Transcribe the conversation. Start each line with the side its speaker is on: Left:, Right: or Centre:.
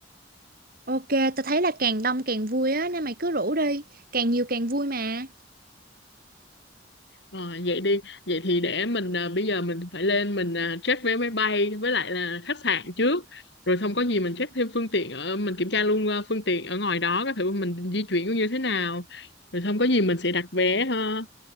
Right: Ok, tao thấy là càng đông càng vui á nên mày cứ rủ đi, càng nhiều càng vui mà.
Left: Ờ, vậy đi vậy thì để mình à, bây giờ mình phải lên mình à, check vé máy bay với lại là khách sạn trước rồi xong có gì mình check thêm phương tiện ở mình kiểm tra luôn à, phương tiện ở ngoài đó coi thử mình di chuyển như thế nào rồi xong có gì mình sẽ đặt vé ha